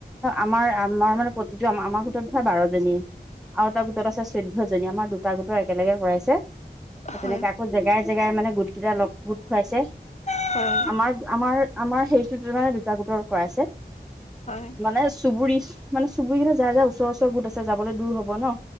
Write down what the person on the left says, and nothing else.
হয়
<unintelligible>
হয়